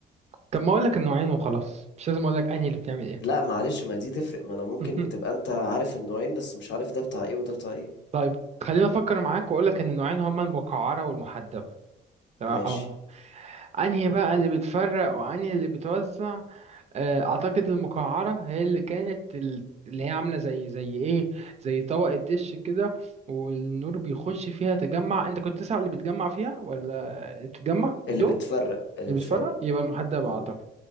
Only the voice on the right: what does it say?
طب ما اقول لك النوعين وخلاص مش لازم اقول لك انهي اللي بتعمل ايه
<laughs>
طيب خلينا افكر معاك واقول لك ان النوعين هما المقعرة والمحدبة تمام
او انهي بقى اللي بتفرق وانهي اللي بتوزع آه، اعتقد المقعره هي اللي كانت ال- اللي هي عامله زي زي ايه زي طبق الدش كده والنور بيخش فيها تجمع انت كنت تسأل اللي بيتجمع فيها ولا تتجمع الضوء
اللي
بيتفرق يبقى المحدب اعتقد